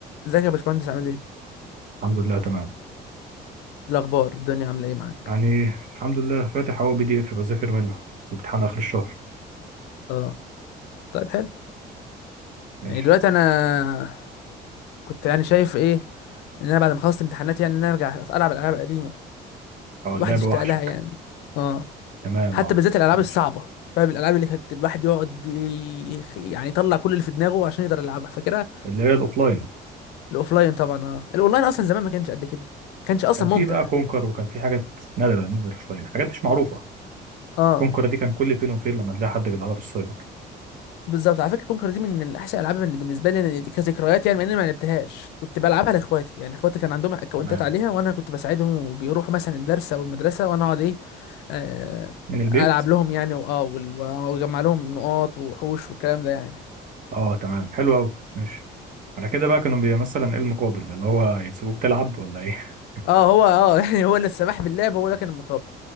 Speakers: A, on the left (about 85°); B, on the right (about 50°).
A: ازيك يا باشمهندس عامل ايه؟ إيه
B: الحمد لله تمام
A: الاخبار الدنيا عامله ايه معاك
B: يعني الحمد لله فاتح اهو بي دي اف بذاكر منه الامتحان اخر الشهر
A: اه طيب حلو
B: ماشي
A: يعني دلوقتي انا كنت يعني شايف ايه ان انا بعد ما خلصت امتحانات يعني ان انا ارجع العب الالعاب القديمه
B: اه
A: الواحد
B: اللعبه
A: اشتاق
B: وحشك
A: لها يعني اه
B: تمام
A: حتى
B: اه
A: بالذات الالعاب
B: ماشي
A: الصعبه فاهم الالعاب اللي كانت الواحد يقعد يخ- يعني يطلع كل اللي في دماغه عشان يقدر يلعبها فاكرها
B: اللي هي الاوفلاين
A: الاوفلاين طبعا اه الاونلاين اصلا زمان ما كانش قد كده ما كانش اصلا
B: كان
A: ممتع
B: في بقى كونكر وكان في حاجات نادره نادره شويه حاجات مش معروفه
A: اه
B: كونكر دي كان كل فين وفين لما تلاقي حد بيلعبها في السايبر
A: بالظبط على فكره كونكر دي من احسن الالعاب اللي بالنسبه لي يعني كذكريات يعني مع اني ما لعبتهاش كنت بلعبها لاخواتي يعني اخواتي كان عندهم اكونتات
B: تمام
A: عليها وانا كنت بساعدهم وبيروحوا مثلا الدرس او المدرسه وانا اقعد ايه آه،
B: من البيت
A: العب لهم يعني واه وال- واجمع لهم نقاط وحوش والكلام ده يعني
B: اه تمام حلو قوي ماشي على كده بقى كانوا بي- مثلا ايه المقابل اللي هو يسيبوك تلعب ولا ايه <laughs>
A: اه هو اه <laughs> يعني هو اللي السماح باللعب هو ده كان المقابل